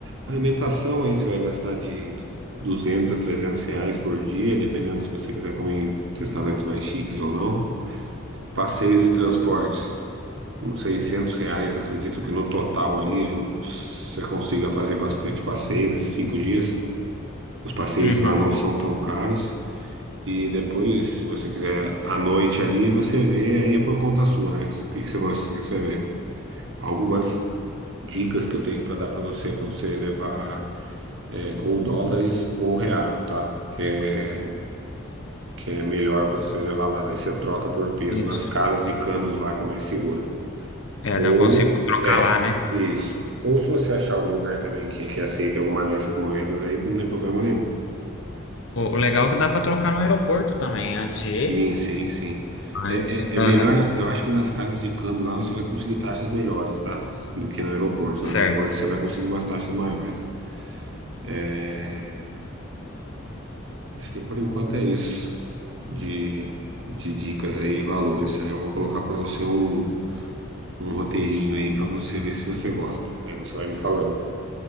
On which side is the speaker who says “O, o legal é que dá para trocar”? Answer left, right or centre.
Left